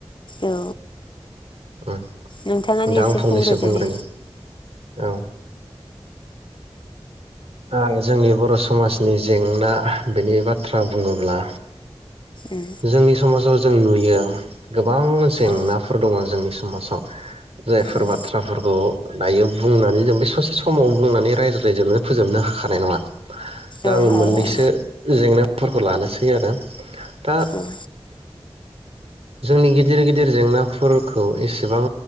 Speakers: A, on the left; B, on the right.
A: औ
B: उम
A: नोंथाङानो
B: दा
A: एसे
B: आं फंनैसो
A: बुंग्रोदो
B: बुंग्रोनि
A: दे
B: औ। ओ जोंनि बर' समाजनि जेंना बेनि बाथ्रा बुङोब्ला
A: उम
B: जोंनि समाजाव जों नुयो गोबां जेंनाफोर
A: औ
B: दङ जोंनि समाज आव। जायफोर
A: उम
B: बाथ्राफोरखौ दायो बुंनानै जों बे ससे समाव बुंनानै रायज्लायजोबनो फोजोबनो हाखानाय नङा। दा
A: औ
B: आङो
A: हाया
B: मोननैसो
A: औ
B: जेंना फोरखौ लानोसै आरो। दा
A: औ
B: जोंनि गिदिर गिदिर जेंनाफोरखौ एसेबां